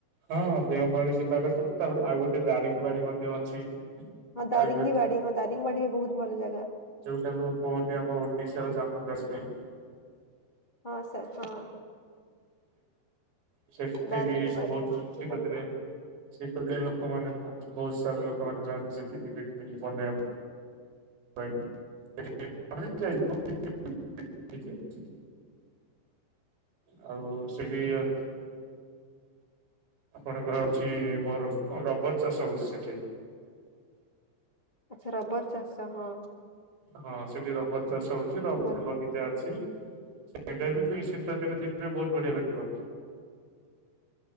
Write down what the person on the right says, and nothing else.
ହଁ ଦେଓମାଳି ଯିବା କଥା, ତାପରେ ଆଉ ଗୋଟେ ଦାରିଙ୍ଗବାଡି ମଧ୍ୟ ଅଛି।
ଦାରିଙ୍ଗବାଡି
ଯୋଉଟାକୁ କୁହନ୍ତି ଆମ ଓଡିଶାର ଜାମ୍ମୁ କାଶ୍ମୀର୍।
ସେଠି
ବି ବହୁତ୍
ଶୀତଦିନେ
ଶୀତଦିନେ ଲୋକମାନେ ବହୁତ୍ ସାରା ଲୋକମାନେ ଯାଆନ୍ତି ସେଠିକିି ପିକନିକ୍ ବନେଇବା ପାଇଁ <inaudible> ଆଉ <unintelligible> ଆପଣଙ୍କର ଅଛି ବର ରବର୍ ଚାଷ ହଉଛି ସେଠି।
ହଁ ସେଠି ରବର୍ ଚାଷ ହଉଚି, ରବର୍
ବଗି
ଅଛି, ସେଇଟା ବି ତ ଶୀତ ଦିନେ ଯିବେ ବହୁତ୍ ବଢିଆ ଲାଗିବ।